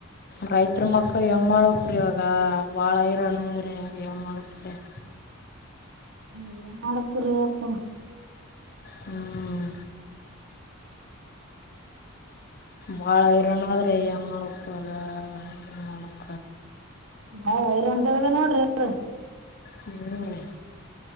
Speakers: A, on the left; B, on the right.
A: ರೈತರ ಮಕ್ಕಳ ಹೆಂಗ್ ಮಾಡಕ್ರೀ ಇವಾಗ ಬಾಳ ಹರಣದ್ರಿ ಹೆಂಗ್ ಮಾಡಕ್ರೀ <inaudible>
B: ಎ ಮಾಡಕತ್ತಿರಿ ಅಪ್ಪ
A: ಹ್ಮ್ ಭಾಳ ಇರೋಣಾದ್ರೆ ಏನು ಮಾಡಕದ ಏನು ಮಾಡಕ
B: ನಾವ್ಯರ ಅಂತದ ನೋಡ್ರಿ ಅದು
A: ಮೂನ್ನೂರ ರಿ